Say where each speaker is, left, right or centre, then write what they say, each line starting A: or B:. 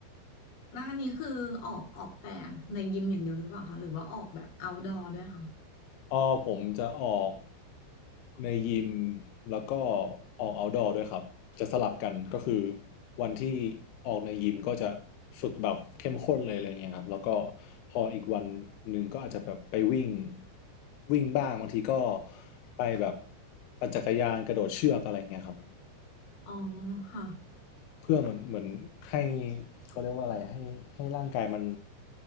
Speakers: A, on the left; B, on the left.
A: แล้วอันนี้คือออกออกแต่ในยิมอย่างเดียวหรือเปล่าคะหรือว่าออกแบบ outdoor ด้วยค่ะ
B: อ๋อผมจะออกในยิมแล้วก็ออกอาท์ดอร์ด้วยครับจะสลับกันก็คือวันที่ออกในยิมก็จะฝึกแบบเข้มข้นเลยอะไรเงี้ยครับแล้วก็พออีกวันหนึ่งก็อาจจะแบบไปวิ่งวิ่งบ้างบางทีก็ไปแบบปั่นจักรยานกระโดดเชือกอะไรเงี้ยครับ
A: อ๋อค่ะ
B: เพื่อเหมือนเหมือนให้เขาเรียกว่าอะไรให้ให้ร่างกายมัน